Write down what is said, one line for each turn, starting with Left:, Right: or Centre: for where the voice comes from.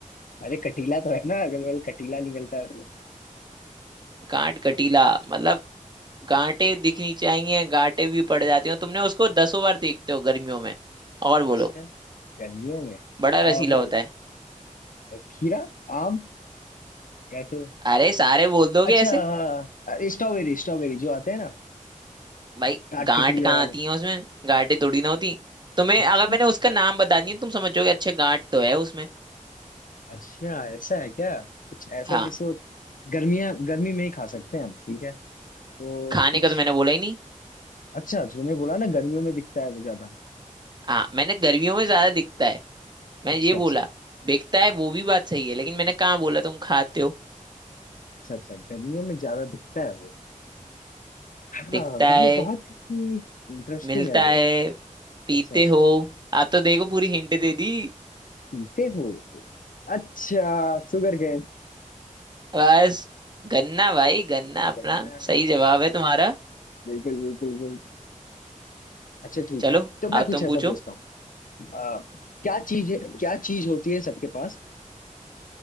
Left: अरे कटीला तो है ना अगल बगल कटीला निकलता है
Right: गांठ गठीला मतलब गांठे दिखनी चाहिए गांठे भी पड़ जाती हो तुमने उसको दसों बार देखते हो गर्मियों में और बोलो
Left: अच्छा गर्मियों में
Right: बड़ा
Left: आ,
Right: रसीला
Left: वो
Right: होता है
Left: खीरा आम या तो
Right: अरे सारे बोल दोगे
Left: अच्छा
Right: ऐसे
Left: हाँ स्ट्रॉबेरी स्ट्रॉबेरी जो आते हैं ना
Right: भाई
Left: काट
Right: गांठ
Left: के टीले
Right: कहाँ
Left: वाले
Right: आती है उसमें गांठें थोड़ी ना होती तुम्हें
Left: अच्छा
Right: अगर मैंने उसका नाम बता दिया तुम समझोगे अच्छा गांठ तो है उसमें
Left: अच्छा ऐसा है क्या कुछ ऐसा
Right: हाँ
Left: जिसको गर्मियां गर्मी में ही खा सकते हैं हम ठीक है तो
Right: खाने
Left: कुछ
Right: का तो मैंने बोला ही नहीं
Left: अच्छा तुमने बोला ना गर्मियों में दिखता है वो ज्यादा
Right: हाँ मैंने गर्मियों में ज्यादा दिखता है मैं
Left: अच्छा
Right: ये बोला
Left: अच्छा
Right: दिखता है वो भी बात सही है लेकिन मैंने कहाँ बोला तुम खाते हो
Left: अच्छा अच्छा गर्मियों में ज्यादा दिखता है वो हाँ
Right: दिखता
Left: भाई
Right: है
Left: बहुत ही इंटरेस्टिंग
Right: मिलता
Left: है वो
Right: है पीते
Left: अच्छा
Right: हो आप तो देखो पूरी हिंट दे दी
Left: पीते हो अच्छा शुगर गेन
Right: बस गन्ना भाई गन्ना अपना
Left: गन्ना
Right: सही जवाब है तुम्हारा
Left: बिल्कुल बिल्कुल बिल्कुल। अच्छा ठीक
Right: चलो
Left: है तो मैं
Right: अब
Left: कुछ
Right: तुम
Left: ऐसा
Right: पूछो
Left: पूछता हूँ आ, क्या चीज क्या चीज होती है सबके पास